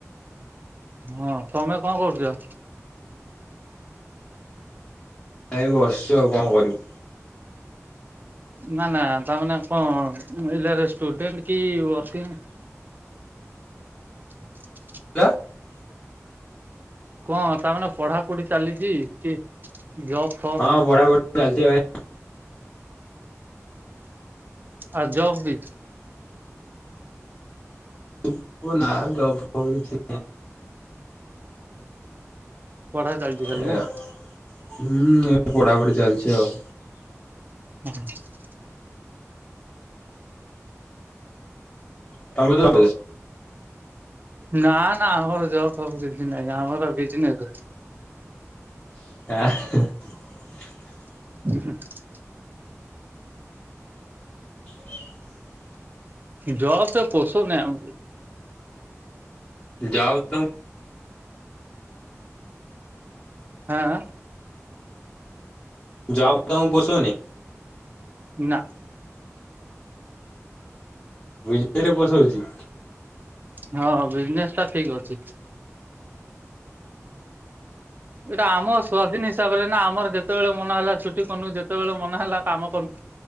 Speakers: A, on the right; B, on the left.
A: ହଁ ତମେ କଣ କରୁଚ।
B: ଏଇ ବସିଚୁ ଆଉ କଣ କରିମୁ।
A: ନା ନା ତାମାନେ କଣ ଏଇଲରେ ଷ୍ଟୁଡେଣ୍ଟ କି ୱାର୍କିଂ <inaudible>
B: <inaudible>
A: କଣ ତାମନେେ ପଢାପଢି ଚାଲିଛି କି ଜବ୍ ଫବ୍
B: ହଁ ପଢା ପ ଚାଲିଚି ଭାଇ।
A: ଆ ଜବ୍ ବି
B: <unintelligible>
A: ପଢା ଚାଲିଛି ଖାଲି
B: ଏୟା
A: ନା?
B: ହୁଁ ଏ ପଢ଼ାପଢ଼ି ଚାଲଛି ଆଉ।
A: <inaudible>
B: <unintelligible>
A: ନା ନା ଆମର ଜବ୍ ଫବ କିଛି ନାହିଁ ଆମର ବିଜନେସ
B: <unintelligible>
A: <inaudible>
B: <inaudible>
A: ଜବ ତ ପୋଶଉନେଇ ଆମକୁ
B: ଜବ ତ
A: ଆଁ ଆଁ।
B: ଜବ୍ ତମୁକୁ ପୋଶୋଉନି।
A: ନା।
B: ବିନେସ ପୋଶଉଛି।
A: ହଁ ବିଜନେସ୍ ଟା ଠିକ ଅଛି। ଏଇଟା ଆମ ସ୍ଵାଧୀନ ହିସାବରେ ନା ଆମର ଯେତେବେଳେ ମନ ହେଲା ଛୁଟି କନୁ ଯେତେବେଳେ ମନେ ହେଲା କାମ କନୁ।